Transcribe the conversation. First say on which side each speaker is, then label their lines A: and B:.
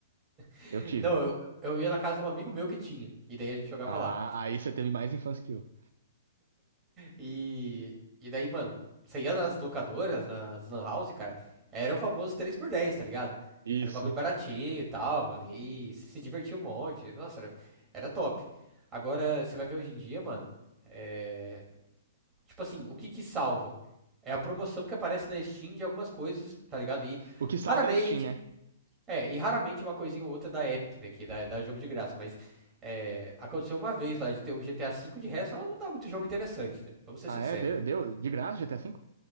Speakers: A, on the right (about 20°); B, on the right (about 75°).
A: <laughs>
B: Eu tive.
A: Não, eu, eu ia na casa de um amigo meu que tinha, e daí a gente jogava
B: Ah,
A: lá.
B: aí você teve mais infância que eu.
A: E, e daí, mano, você ia nas locadoras, nas lan house, cara, era o famoso 3x10, tá ligado?
B: Isso.
A: Era um bagulho baratinho e tal, mano, e se divertia um monte, nossa, era, era top. Agora, você vai ver hoje em dia, mano, é, tipo assim, o que que salva? É a promoção que aparece na Steam de algumas coisas, tá ligado? E
B: O que salva
A: raramente,
B: é a Steam, né?
A: é, e raramente uma coisinha ou outra da Epic, né, que dá, dá jogo de graça, mas é, aconteceu uma vez lá de ter o GTA V, de resto ela não dá muito jogo interessante, né? Vamos ser
B: Ah,
A: sinceros.
B: é? Deu? deu de graça GTA V?